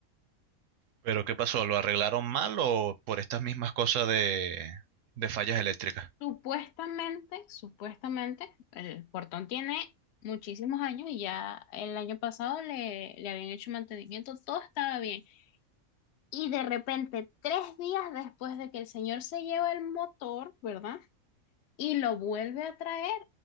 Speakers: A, on the right (about 70°); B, on the left (about 65°).
A: Pero ¿qué pasó? ¿Lo arreglaron mal o por estas mismas cosas de, de fallas eléctricas?
B: Supuestamente, supuestamente, el portón tiene muchísimos años y ya el año pasado le, le habían hecho mantenimiento, todo estaba bien. Y de repente, tres días después de que el señor se lleva el motor, ¿verdad? y lo vuelve a traer,